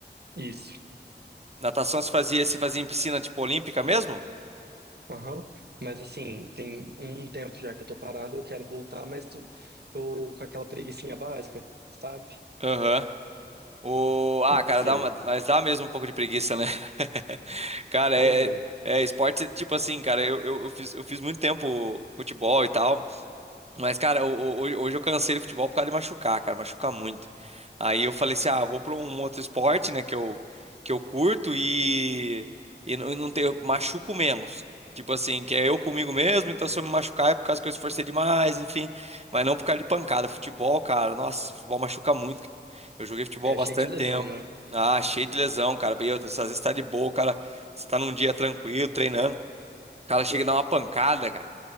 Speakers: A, on the right (about 65°); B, on the right (about 35°).
A: Isso.
B: Natação se fazia, se fazia em piscina, tipo, olímpica mesmo?
A: Aham. Mas assim, tem um tempo já que eu tô parado, eu quero voltar, mas tu- tô com aquela preguicinha básica, sabe?
B: Aham. O... Ah,
A: E
B: cara,
A: você?
B: dá uma... mas dá mesmo um pouco de preguiça, né? <laughs> Cara,
A: Pois
B: é,
A: é.
B: é esporte, tipo assim, cara, eu, eu, eu fiz, eu fiz muito tempo futebol e tal. Mas, cara, o- o- hoje hoje eu cansei do futebol por causa de machucar, cara, machucar muito. Aí eu falei assim, ah, vou pra um outro esporte, né, que eu, que eu curto e, e não, não tenho, machuco menos. Tipo assim, que é eu comigo mesmo, então se eu me machucar é por causa que eu esforcei demais, enfim. Mas não por causa de pancada. Futebol, cara, nossa, futebol machuca muito, cara. Eu joguei futebol
A: É
B: há bastante
A: cheio de lesão,
B: tempo.
A: né?
B: Ah, cheio de lesão, cara. E outra, às vezes tá de boa, cara. Você tá num dia tranquilo, treinando. O cara chega e dá uma pancada, cara.